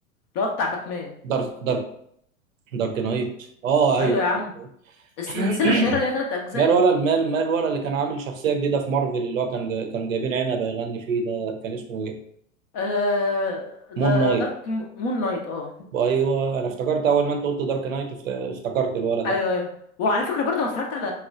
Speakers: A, on the left (about 25°); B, on the right (about 70°).
A: اللي هو بتاع باتمان
B: دارك دارك دارك نايت اه
A: ايوه
B: ايوه
A: يا عم السلسلة
B: <clears throat>
A: الشهيرة اللي هي تلات أجزاء
B: مال
A: دي
B: ولا المال مال ولا اللي كان عامل شخصيه جديده في مارفل اللي هو كان جا- كانوا جايبين عنب يغني فيه ده كان اسمه ايه
A: آه ذا
B: مون نايت
A: دارك مون نايت اه
B: ايوه انا افتكرت اول ما انت قلت دارك نايت افت- افتكرت الولد ده
A: أيوه أيوه وعلى فكرة برضه أنا اتفرجت على